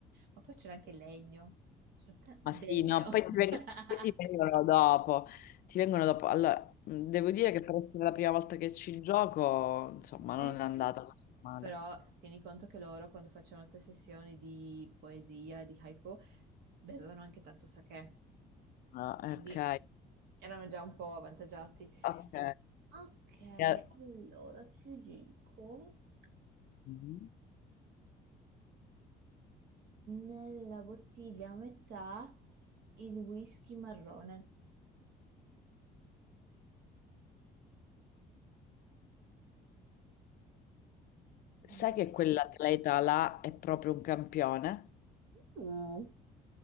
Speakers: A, on the right; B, on the left.
A: Ma poi c'era anche legno. C'era ta-
B: Ma
A: Degno.
B: sì, no, poi ti veng-
A: <laughs>
B: poi ti vengono, dopo. Ti vengono dopo. Allora, mh, devo dire che per essere la prima volta che ci gioco, insomma,
A: Sì.
B: non è andata così male.
A: Però tieni conto che loro, quando facevano queste sessioni di poesia e di haiku, bevevano anche tanto sakè,
B: Ah,
A: quindi
B: eh, ok,
A: erano già un po' avvantaggiati.
B: ok.
A: Ok,
B: E-
A: allora ti dico,
B: Mhm.
A: nella bottiglia a metà il whisky marrone.
B: Sai
A: Marrone.
B: che quell'atleta là è proprio un campione?
A: Uh,